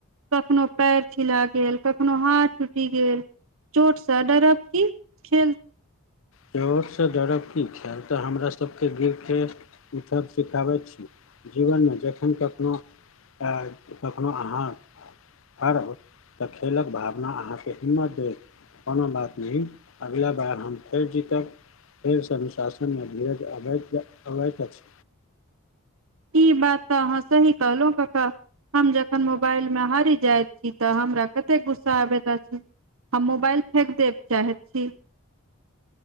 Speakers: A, on the right; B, on the left.
A: कखनो पैर छिला गेल, कखनो हाथ टूटि गेल। चोट सा डरब की, खेल
B: चोट सँ डरब की छै, ई तऽ हमरा सबके गिरके उठब सिखाबैत छी। जीवन में जखन कखनहु आयल, तखनहु अहाँ हारहु तऽ खेलक भावना अहाँके हिम्मत देत। कोनो बात नहि अगिला बार हम फेर जीतब, फेरसँ अनुशासनमे धर अब अबैत अछि।
A: ई बात तऽ अहाँ सही कहलहुं कका। हम जखन मोबाइल मे हारी जाइत छी तऽ हमरा कते गुस्सा आबैत अछि हम मोबाइल फेक देब चाहैत छी